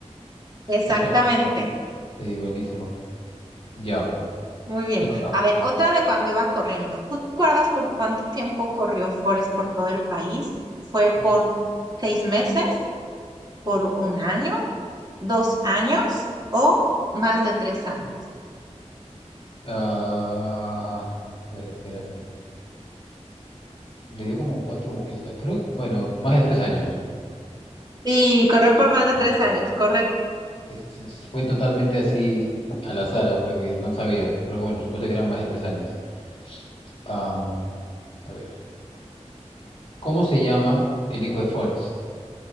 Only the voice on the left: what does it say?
De todo. Sí, buenísimo. Ya,
te toca.
Uf.
Ah, a ver, espérame. Le dio como cuatro vueltas, creo, bueno, más de tres años.
Sí.
Es- es- fue totalmente así a la azar, ah, porque no sabía, pero bueno, supuse que eran más de tres años. Am, a ver, ¿cómo se llama el hijo de Forrest?